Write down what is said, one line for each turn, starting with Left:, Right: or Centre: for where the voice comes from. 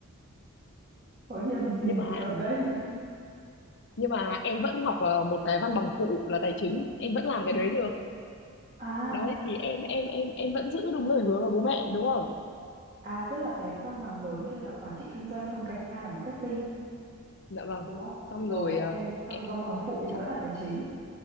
Right: có nhầm gì
Left: nhưng
Right: đây
Left: mà
Right: ở đây
Left: nhưng mà em vẫn học ờ, một cái văn bằng phụ là tài chính em vẫn làm cái đấy được
Right: à
Left: đấy thì em em em em vẫn giữ đúng lời hứa với bố mẹ đúng không
Right: À tức là cái văn bằng lớn kia là quản trị kinh doanh xong gạch ngang là marketing
Left: dạ vâng
Right: đúng không?
Left: xong
Right: Rồi
Left: rồi
Right: ok,
Left: ờ,
Right: xong
Left: ẹ,
Right: rồi văn bằng phụ thì
Left: chắc-
Right: vẫn là tài chính.